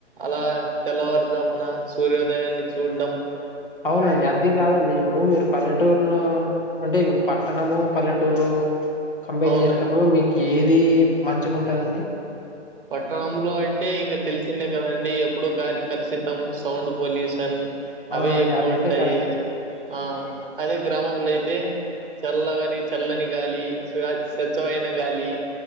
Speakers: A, on the right; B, on the left.
A: అలా తెల్లవార్జామున సూర్యోదయాన్ని చూడం
B: అవునండి అది కాదండి ఇప్పుడు మీరు పల్లెటూరు లో అంటే ఇప్పుడు పట్టణము పల్లెటూరు కంపేర్
A: అవునండి.
B: జెసేటప్పుడు మీకు ఏది మంచిగుంటదండి
A: పట్టణంలో అంటే ఇంగ తెలిసిందే కదండి ఎప్పుడు గాలి కలుషితం సౌండ్ పొల్యూషన్
B: అవునండి
A: అవే ఎక్కువుంటాయ్
B: అదైతే కరెక్ట్
A: ఆ అదే గ్రామంలో అయితే చల్లగాని చల్లని గాలి స్వే స్వచ్చమైన గాలి